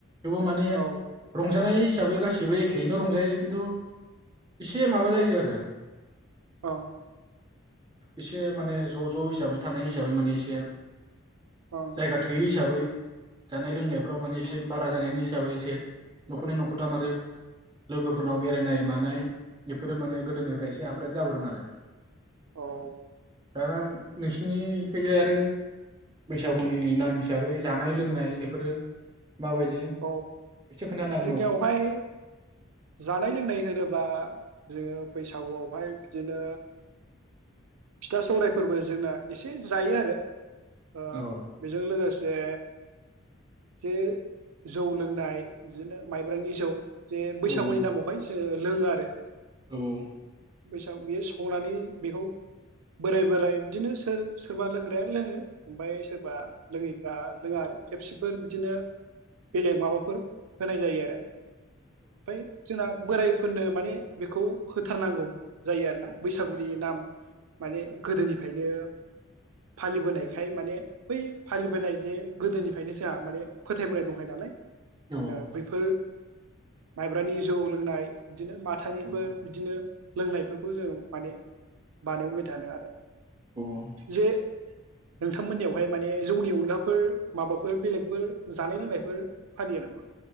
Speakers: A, on the right; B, on the right.
A: थेवबो माने
B: औ ओं
A: रंजानाय हिसाबै गासिबो एखेयैनो रं जायो खिन्थु इसे माबा जायो आरो
B: औ
A: एसे माने ज' ज' हिसाबै थानाय हिसाबै माने एसे
B: ओं
A: जायगा थोयि हिसाबै जानाय लोंनायफ्राव माने एसे बारा जानायनि हिसाबै एसे न'खरनै न'खरथाम आरो। लोगोफोरनाव बेरायनाय मानाय बेफोरो माने गोदोनिफ्राय एसे आपग्रेड जाबोदों आरो।
B: औ
A: दाना नोंसिनिखिजाय आरो बैसागुनि नाम हिसाबै जानाय लोंनाय बेफोरो माबायदि
B: औ
A: एसे खोन्थानो
B: जोंनियावहाय।
A: हागोन
B: जानाय लोंनाय होनोब्ला जोङो बैसागुआवहाय बिदिनो फिथा सौरायफोरबो जोंना एसे जायो आरो। ओ
A: नामा? औ
B: बेजों लोगोसे जे जौ लोंनाय बिदिनो माइब्रानि जौ जे बैसागुनि
A: औ
B: नामावहाय जोंङो लोंगो आरोे
A: औ
B: बियो संनानै बेखौ बोराय बोराय बिदिनो सोर सोरबा लोंग्राया लोङो ओमफ्राय सोरबा लोङैफ्रा लोङो आरो खेबसेफोर बिदिनो बेलेग माबाफोर होनाय जायो आरो। बै जोंना बोरायफोरनो माने बेखौ होथारनांगौ जायो आरो ना बैसागुनि नाम माने गोदोनिफ्रायनो फालिबोनायखाय माने बै फालिबोनाय जे गोदोनिफ्रायनो जोंहा माने फोथायबोनाय दंखायो नालाय ओ
A: औ
B: बैफोर माइब्रानि जौ लोंनाय बिदिनो माथानिफोर
A: औ
B: बिदिनो लोंनायफोरखौ जों माने बानायबोबाय थानो आरो
A: औ
B: जे नोंथांमोननियावहाय माने जौनि अनगाफोर माबाफोर बेलेगफोर जानाय लोंनायफोर फालियो नामा?